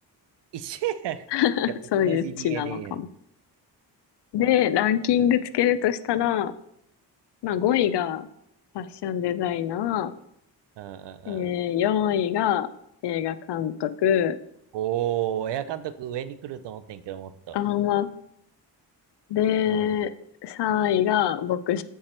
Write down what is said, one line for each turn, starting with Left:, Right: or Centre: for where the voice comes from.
Right: 一緒やん。
Left: <laughs>
Right: やっぱ同じ
Left: そういう地なのかも。
Right: d エ a やん。
Left: で、ランキングつけるとしたら、まあ5位がファッションデザイナ
Right: うんうん
Left: ー、えー、
Right: うん。
Left: 4位が映画監督、
Right: おー、エア監督上に来ると思ってんけど、もっと。
Left: あんま、で、
Right: うん。
Left: 3位が牧場